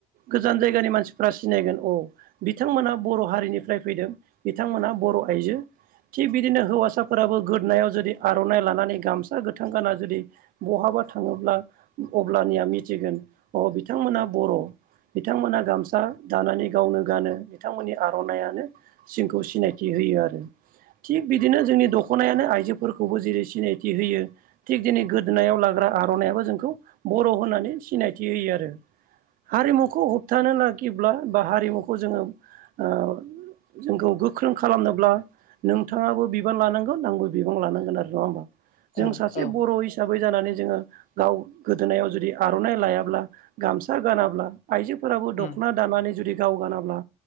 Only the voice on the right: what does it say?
गोजान जायगानि मानसिफ्रा सिनायगोन औ बिथांमोना बर' हारिनिफ्राय फैदों बिथांमोना बर' आइजो थिग बिदिनो हौवासाफोराबो गोदोनायाव जुदि आर'नाइ लानानै गामसा गोथां गानना जुदि बहाबा थाङोब्ला अब्लानिया मिथिगोन अ बिथांमोना बर'। बिथांमोना गामसा दानानै गावनो गानो बिथांमोननि आर'नायानो जोंखौ सिनायथि होयो आरो थिग बिदिनो जोंनि दख'नायानो आइजो फोरखौबो जेरै सिनायथि होयो थिग दिनै गोदोनायाव लाग्रा आर'नायाबो जोंखौ बर' होननानै सिनायथि होयो आरो। हारिमुखौ होबथानो नागिरब्ला हारिमुखौ लाखिब्ला बा हारिमुखौ जोङो ओ जोंखौ गोख्रों खालामनोब्ला नोंथाङाबो बिबान लानांगौ आंबो बिबान लानांगो नङा होमबा जों
सासे
बर' हिसाबै जानानै जोङो गाव गोदोनायाव जुदि आर'नाइ लायाब्ला गाम सा गानाब्ला आइजोफोराबो
दख'ना दानानै जुदि गाव गानाब्ला